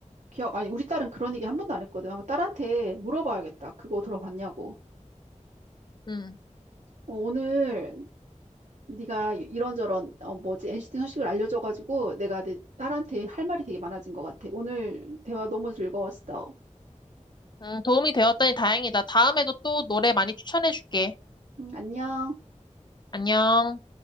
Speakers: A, on the right (about 65°); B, on the left (about 35°).
A: 기억, 아니, 우리 딸은 그런 얘기 한 번도 안 했거든. 아마 딸한테 물어봐야겠다. 그거 들어봤냐고.
B: 음,
A: 어, 오늘 네가 이런저런, 어, 뭐지, NCT 소식을 알려줘가지고 내가 내 딸한테 할 말이 되게 많아진 것 같아. 오늘 대화 너무 즐거웠어.
B: 음, 도움이 되었다니 다행이다. 다음에도 또 노래 많이 추천해줄게.
A: 음, 안녕.
B: 안녕.